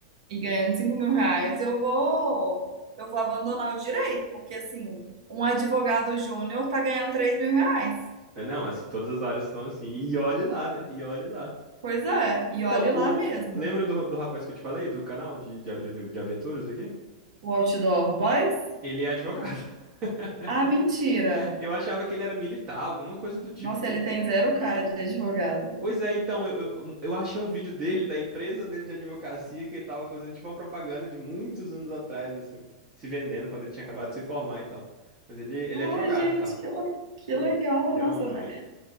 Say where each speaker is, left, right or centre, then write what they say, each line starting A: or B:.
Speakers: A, on the right (about 75°); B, on the right (about 35°).
A: e ganhando 5 mil reais, eu vou, eu vou abandonar o direito, porque assim, um advogado júnior tá ganhando 3 mil reais.
B: É, Não, assim, todas as áreas estão assim. E olhe lá, né? E olhe lá.
A: Pois é, e olhe
B: Então, o...
A: lá mesmo.
B: Lembra do, do rapaz que eu te falei, do canal de, de, de de aventuras aqui?
A: O Outdoor Boys?
B: Ele é advogado. <laughs>
A: Ah, mentira!
B: Eu achava que ele era militar, alguma coisa do tipo.
A: Nossa, ele tem zero cara de advogado.
B: Pois é, então, eu, eu, um, eu achei um vídeo dele, da empresa dele de advocacia, que ele tava fazendo tipo uma propaganda de muitos anos atrás, assim, se vendendo quando ele tinha acabado de se formar e tal. Mas ele, ele
A: Ai,
B: é advogado
A: gente,
B: e tal.
A: que, le- que
B: Pô,
A: legal,
B: muito- Ele
A: nossa,
B: é um,
A: né?
B: ele-